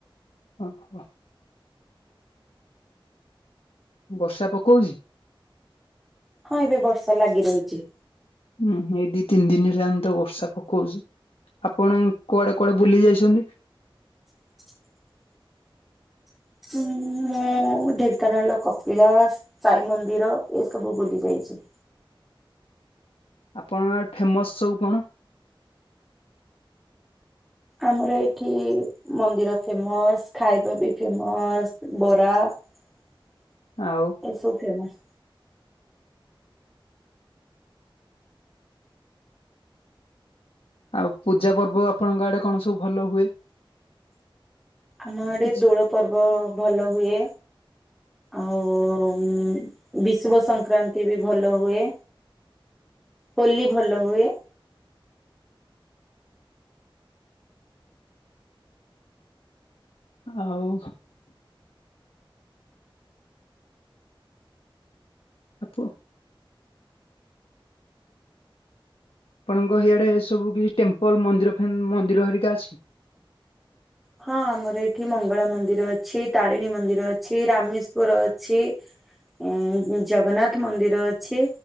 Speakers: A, on the left (about 90°); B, in the centre.
A: ହଁ -ହ। ବର୍ଷା ପକଉଛି?
B: ହଁ ଏବେ ବର୍ଷା ଲାଗି ରହିଛି।
A: ଉଁ -ହୁଁ ଏଇ ଦି ତିନି ଦିନ ହେଲାଣି ତ ବର୍ଷା ପକଉଛି। ଆପଣ କୁଆଡେ କୁଆଡେ ବୁଲି ଯାଇଛନ୍ତି?
B: <inaudible> ମୁଁ ଢେଙ୍କାନାଳର କପିଳାସ, ସାଇ ମନ୍ଦିର ଏ ସବୁ ବୁଲି ଯାଇଛି।
A: ଆପଣଙ୍କ ଫେମସ ସବୁ କଣ?
B: ଆମର ଏଠି ମନ୍ଦିର ଫେମସ, ଖାଇବା ବି ଫେମସ, ବରା ଏ
A: ଆଉ
B: ସବୁ ଫେମସ।
A: ଆଉ ପୂଜା ପର୍ବ ଆପଣଙ୍କ ଆଡେ କଣ ସବୁ ଭଲ ହୁଏ?
B: ଆମ ଆଡେ
A: କିଛି?
B: ଦୋଳ ପର୍ବ ଭଲ ହୁଏ। ଆଉ ବିଷୁବ ସଂକ୍ରାନ୍ତି ବି ଭଲ ହୁଏ। ହୋଲି ଭଲ ହୁଏ।
A: ଆଉ ଆପ ଆପଣଙ୍କ ହେଆଡେ ସବୁ କିଛି, ଟେମ୍ପଲ ମନ୍ଦିର ଫ ମନ୍ଦିର ହେରିକା ଅଛି?
B: ହଁ ଆମର ଏଠି ମଙ୍ଗଳା ମନ୍ଦିର ଅଛି, ତାରିଣୀ ମନ୍ଦିର ଅଛି, ରାମେଶ୍ଵର ଅଛି। ଇଁ ଜଗନ୍ନାଥ ମନ୍ଦିର ଅଛି।